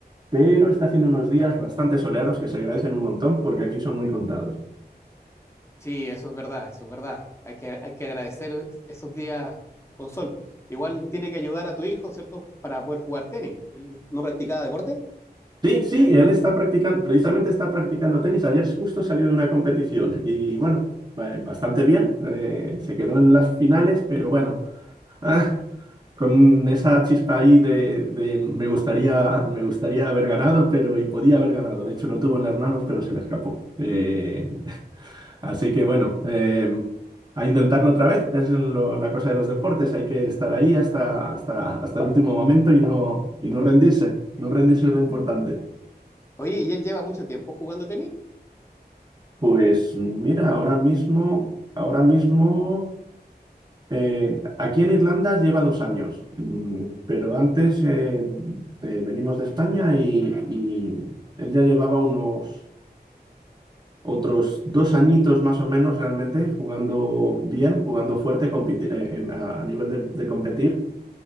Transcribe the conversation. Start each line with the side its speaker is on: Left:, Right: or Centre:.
Right: pero está haciendo unos días bastante soleados que se agradecen un montón porque aquí son muy contados.
Left: Sí, eso es verdad, eso es verdad. Hay que, hay que agradecer esos días con sol. Igual tiene que ayudar a tu hijo, ¿cierto? Para poder jugar tenis. Él no practicaba deporte.
Right: Sí, sí, él está practicando, precisamente está practicando tenis. Ayer justo salió de una competición y bueno, eh, bastante bien. eh, se quedó en las finales, pero bueno, ah, con esa chispa ahí de, de me gustaría, me gustaría haber ganado, pero y podía haber ganado. De hecho, lo tuvo en las manos, pero se le escapó. Eh, así que bueno, eh, a intentarlo otra vez. Es lo- la cosa de los deportes. Hay que estar ahí hasta, hasta, hasta el último momento y no, y no rendirse. No rendirse es lo importante.
Left: Oye, ¿y él lleva mucho tiempo jugando tenis?
Right: Pues mira, ahora mismo, ahora mismo, eh, aquí en Irlanda lleva dos años, mm, pero antes eh, eh, venimos de España y, y él ya llevaba unos otros dos añitos más o menos realmente jugando bien, jugando fuerte compiti- eh, en- a, a nivel de, de competir.